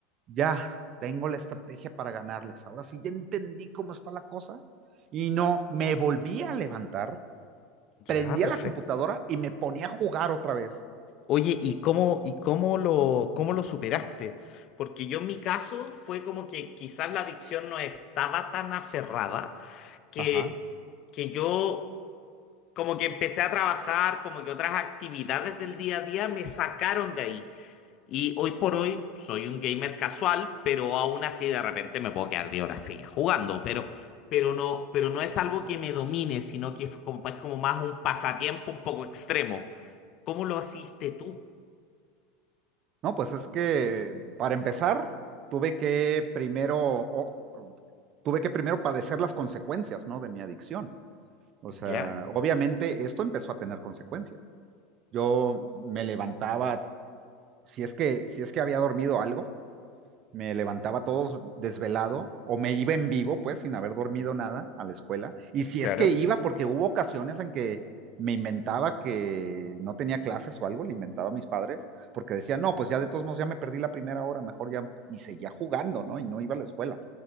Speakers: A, on the right (about 45°); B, on the left (about 45°).
A: ya tengo la estrategia para ganarles. Ahora sí, ya entendí cómo está la cosa. Y no, me volví a levantar,
B: ya,
A: prendía
B: perfecto.
A: la computadora y me ponía a jugar otra vez.
B: Oye, ¿y cómo, y cómo lo, cómo lo superaste? Porque yo en mi caso fue como que quizás la adicción no estaba tan aferrada que,
A: Ajá.
B: que yo como que empecé a trabajar, como que otras actividades del día a día me sacaron de ahí. Y hoy por hoy soy un gamer casual, pero aún así de repente me puedo quedar de horas seguidas jugando, pero, pero no, pero no es algo que me domine, sino que es como, es como más un pasatiempo un poco extremo. ¿Cómo lo hiciste tú?
A: No, pues es que para empezar, tuve que primero, o- tuve que primero padecer las consecuencias, ¿no? De mi adicción. O
B: ¿Ya?
A: sea, obviamente esto empezó a tener consecuencias. Yo me levantaba, si es que, si es que había dormido algo, me levantaba todo desvelado o me iba en vivo, pues, sin haber dormido nada a la escuela. Y si
B: Claro.
A: es que iba, porque hubo ocasiones en que me inventaba que no tenía clases o algo, le inventaba a mis padres, porque decía, no, pues ya de todos modos ya me perdí la primera hora, mejor ya, y seguía jugando, ¿no? Y no iba a la escuela.